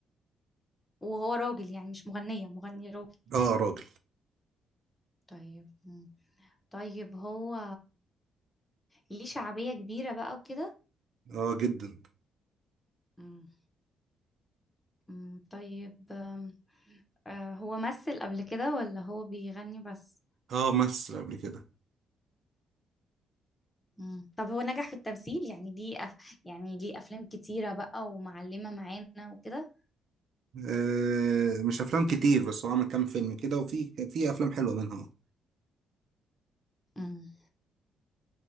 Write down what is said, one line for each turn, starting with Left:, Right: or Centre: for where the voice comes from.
Left: وهو راجل يعني مش مغنيه مغني راجل
Right: أه راجل
Left: طيب مم. طيب هو ليه شعبيه كبيره بقى وكده
Right: أه جدا
Left: مم. مم. طيب آم، آه، هو مثل قبل كده ولا هو بيغني بس
Right: أه مثل قبل كده
Left: مم. طب هو نجح في التمثيل يعني ليه أف... يعني ليه أفلام كتيرة بقى ومعلمة معانا وكده
Right: آه، مش افلام كتير بس هو عمل كام فيلم كده وفي في افلام حلوه منها
Left: مم.